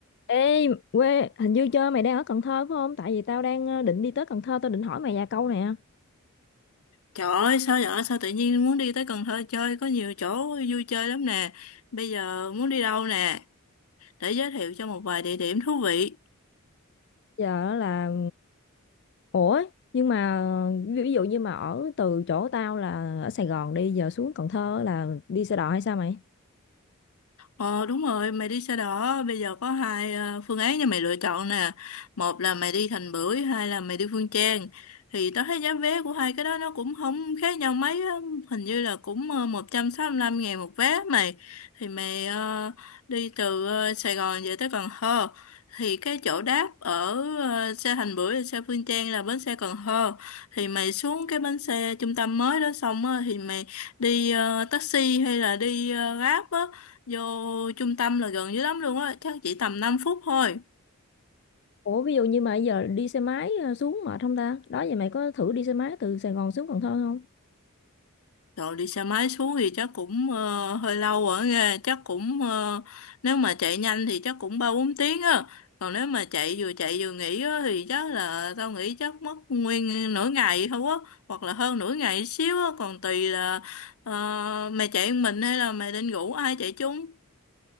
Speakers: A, on the left; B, on the left.
A: Ê, quê, hình như chơi mày đang ở Cần Thơ phải không? Tại vì tao đang ờ, định đi tới Cần Thơ, tao định hỏi mày vài câu nè.
B: Trời ơi, sao vậy? Sao tự nhiên muốn đi tới Cần Thơ chơi? Có nhiều chỗ vui chơi lắm nè. Bây giờ muốn đi đâu nè? Để giới thiệu cho một vài địa điểm thú vị.
A: Giờ là, ủa, nhưng mà ví ví dụ như mà ở từ chỗ tao là ở Sài Gòn đi, giờ xuống Cần Thơ là đi xe đò hay sao mày?
B: Ờ đúng rồi, mày đi xe đỏ, bây giờ có hai ờ, phương án cho mày lựa chọn nè. Một là mày đi Thành Bưởi, hai là mày đi Phương Trang. Thì tao thấy giá vé của hai cái đó nó cũng không khác nhau mấy á, hình như là cũng uh, một trăm sáu mươi lăm ngàn một vé mày. Thì mày ờ, đi từ ờ, Sài Gòn về tới Cần Thơ. Thì cái chỗ đáp ở ờ, xe Thành Bưởi và xe Phương Trang là bến xe Cần Thơ. Thì mày xuống cái bến xe trung tâm mới đó xong á, thì mày đi ờ, taxi hay là đi ờ, Grab á Vô trung tâm là gần dưới lắm luôn á, chắc chỉ tầm 5 phút thôi.
A: Ủa, ví dụ như mà giờ đi xe máy ờ, xuống mệt không ta? Đó vậy mày có thử đi xe máy từ Sài Gòn xuống Cần Thơ không?
B: Rồi đi xe máy xuống thì chắc cũng ờ, hơi lâu ở nghe, chắc cũng ờ, nếu mà chạy nhanh thì chắc cũng ba bốn tiếng á. Còn nếu mà chạy vừa chạy vừa nghỉ á, thì chắc là tao nghĩ chắc mất nguyên nửa ngày thôi á, hoặc là hơn nửa ngày xíu á, còn tùy là ờ, mày chạy một mình hay là mày định rủ ai chạy chung.